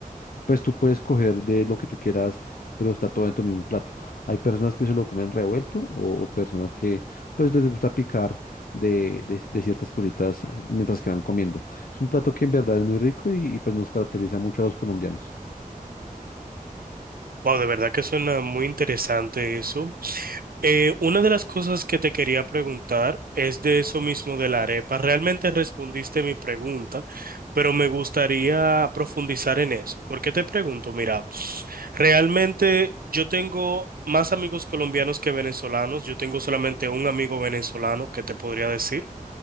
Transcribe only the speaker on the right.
Wow, de verdad que suena muy interesante eso. Eh, una de las cosas que te quería preguntar es de eso mismo de la arepa. Realmente respondiste mi pregunta, pero me gustaría profundizar en eso. ¿Por qué te pregunto? Mira, realmente yo tengo más amigos colombianos que venezolanos. Yo tengo solamente un amigo venezolano que te podría decir.